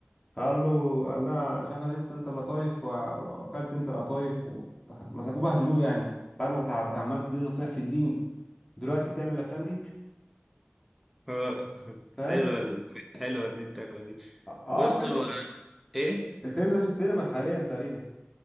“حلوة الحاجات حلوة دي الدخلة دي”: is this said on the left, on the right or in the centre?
Centre